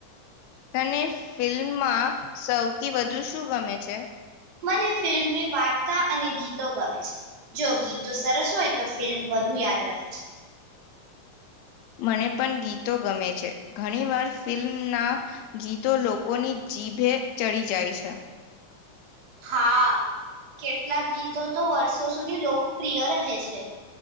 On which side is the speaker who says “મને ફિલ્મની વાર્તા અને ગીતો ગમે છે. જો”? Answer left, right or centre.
Right